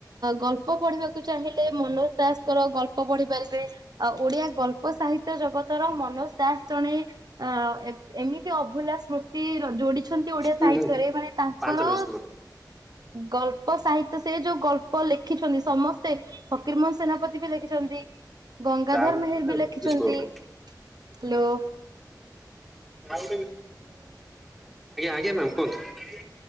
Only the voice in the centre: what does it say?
ହୁଁ
ହୁଁ
ପାଞ୍ଚଲ ବିସ୍କୁଟ ଗୋଟେ
ଚା ଗୋଟେ
ବିସ୍କୁଟ ଗୋଟେ
ଆଜ୍ଞା ଆଜ୍ଞା ମ୍ୟାାମ କୁହନ୍ତୁ।